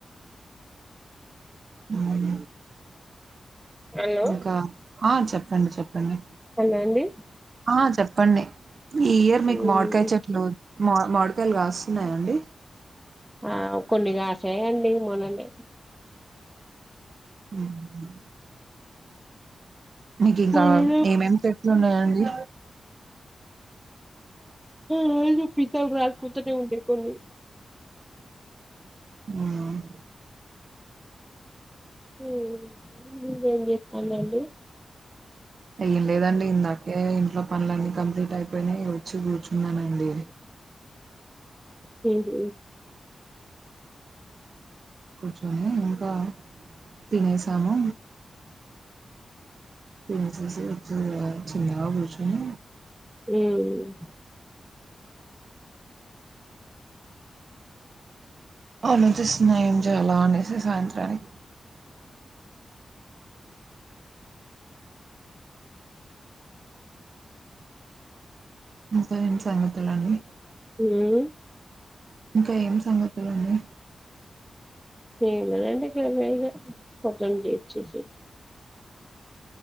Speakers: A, on the right (about 60°); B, in the centre.
A: హ్మ్మ్
B: హలో
A: ఇంకా ఆ చెప్పండి చెప్పండి
B: హలో అండి
A: హా చెప్ తన్నే ఈ ఇయర్ మీకు
B: ఉమ్
A: మామిడికాయ చెట్లు మా మాడ్ కాయలు కాస్తున్నాయా అండి
B: ఆ కొన్నిగాసాయండి మొన్ననే
A: హ్మ్మ్ మీకు ఇంకా
B: మొన్ననే
A: ఏమేం చెట్లు ఉన్నాయండి
B: లేదు పిందలూ రాలిపోతూనే ఉన్నాయి కొన్ని
A: హ్మ్మ్
B: హ్మ్మ్ <unintelligible> జెప్పండండి
A: ఏం లేదండి ఇందాకే ఇంట్లో పనులన్నీ కంప్లీట్ అయిపోయినయి వచ్చి కూర్చున్నానండి.
B: హ్మ్మ్
A: కూర్చొని ఇంకా టిఫిన్ చేసాము మెసేజ్ వచ్చింది కదా చిన్న ఆపరేషన్
B: హ్మ్ ఉ
A: అవును జస్ట్ <unintelligible> సాయంత్రానికి ఇంకేటి సంగతులని
B: హ్మ్
A: ఇంకా ఏమిటి సంగతులని
B: ఏమ్ లేదు అంటే గవ్వే కొంచం <unintelligible>